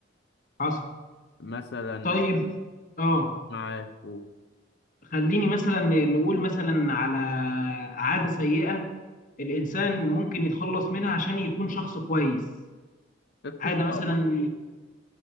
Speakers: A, on the left (about 45°); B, on the left (about 60°).
A: حصل
B: مثلا
A: طيب اه
B: معاه قول.
A: خليني مثلا نقول مثلا على عادة سيئة الإنسان ممكن يتخلص منها عشان يكون شخص كويس
B: تدخين
A: عادة
B: طبعا
A: مثلا